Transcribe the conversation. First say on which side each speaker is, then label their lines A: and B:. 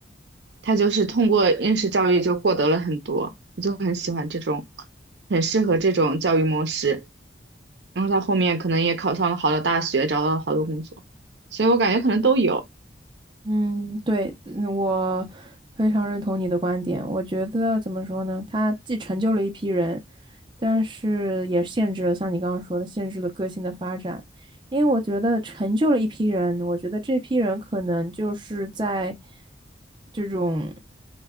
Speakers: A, on the right; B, on the right.
A: 他就是通过应试教育就获得了很多，我就很喜欢这种，很适合这种教育模式。然后他后面可能也考上了好的大学，找到了好多工作，所以我感觉可能都有。
B: 嗯，对，嗯我非常认同你的观点。我觉得怎么说呢？他既成就了一批人，但是也限制了，像你刚刚说的，限制了个性的发展。因为我觉得成就了一批人，我觉得这批人可能就是在这种